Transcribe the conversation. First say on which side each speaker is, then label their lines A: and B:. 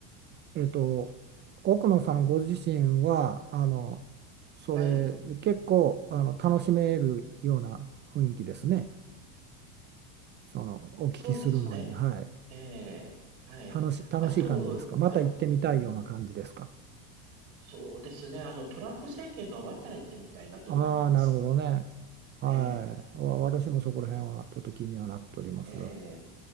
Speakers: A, on the right (about 25°); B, on the right (about 85°).
A: えっと、奥野さんご自身は、あの、それ、
B: はい。
A: 結構、あの、楽しめるような雰囲気ですね。その、お聞きするのに。
B: そうですね。
A: はい。
B: ええ、はい。
A: 楽し、楽しい感じですかまた行ってみたいような感じですか
B: あと、あ、うん、そうですね。あの、トランプ政権が終わったら行ってみたいなと思います。
A: ああ、なるほどね。
B: <laughs>
A: はい。
B: ええ、
A: わ、私もそこら辺はちょっと気にはなっておりますが、
B: ええ、